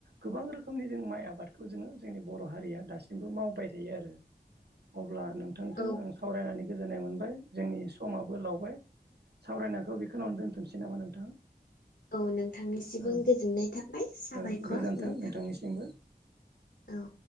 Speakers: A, on the right; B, on the left.
A: गोबां रोखोमनि जों माइ आबादखौ जोङो जोंनि बर' हारिया दासिमबो मावबाय था थ आरो अ नोंथांजों
B: औ
A: आं सावरायनानै गोजोननाय मोनबाय जोंनि समाबो लावबाय सावरायनायखौ बेखौावनो दोनथुमनोसै नामा नोंथां
B: औ नोंथांनिसिमबो
A: औ
B: गोजोननाय थाबाय साबायखर
A: औ गोजोन्थों
B: नोंथां।
A: नोंथांनिसिमबो
B: औ